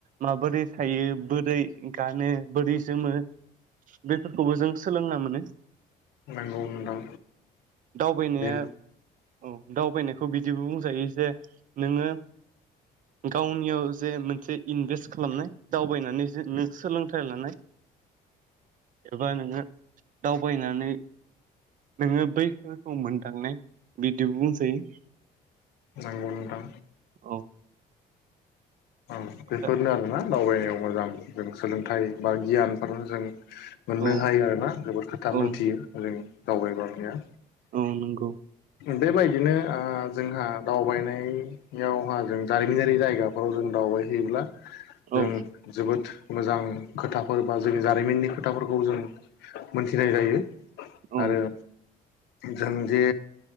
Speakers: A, on the right; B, on the left.
A: माबोरै थायो बोरै गानो बोरै जोमो बेफोरखौबो जों सोलोंना मोनो
B: नंगौ नोंथां
A: दावबायनाया
B: बेनो
A: औ दावबायनायखौ बिदिबो बुंजायो जे नोङो गावनियाव जे मोनसे इनभेस्ट खालामनाय दावबायनानै जे नों सोलोंथाइ लानाय एबा नोङो दावबायनानै नोङो बैफोरखौ मोनदांनाय बिदि बुंजायो
B: नंगौ नोंथां
A: औ
B: औ बेफोरनो
A: दा
B: आरोना दावबायनायाव मोजां जों सोलोंथाइ बा गियानफोर जों मोननो
A: औ
B: हायो आरोना जोबोद खोथा
A: औ
B: मोनथियो जों दावबायनाया
A: ओ नंगौ
B: बेबायदिनो जोंहा दावबायनायावहा जों जारिमिनारि जायगाफोराव जों दावबाय होयोब्ला जों
A: औ
B: जोबोद मोजां खोथाफोर बा जोंनि जारिमिननि खोथाफोरखौ जों मोनथिनाय जायो
A: औ
B: आरो जों जे